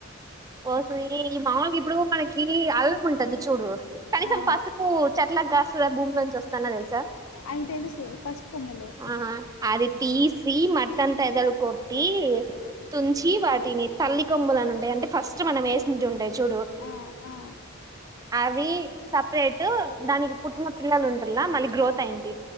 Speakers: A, on the right; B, on the left.
A: ఓసి నీ మామకి ఇప్పుడు ఇవ్వు మరి ఛీ అల్లం ఉంటది చూడు కనీసం
B: ఆ
A: పసుపు చెట్లకు కాస్తదా భూమిలోంచి వస్తదా తెలుసా
B: అవి తెలుసు పసుపు కొమ్ములు
A: ఆ అది
B: ఆ
A: తీసి మట్టంతా ఎదలుకో టి తుంచి వాటిని తల్లి కొమ్ములు అని ఉంటాయి అంటే ఫస్ట్ మనం వేసింట ఉంటాయి చూడు
B: ఆ ఆ
A: అవి సపరేటు దానికి పుట్టిన పిల్లలు ఉంటలా మళ్ళీ గ్రోత్ అయింది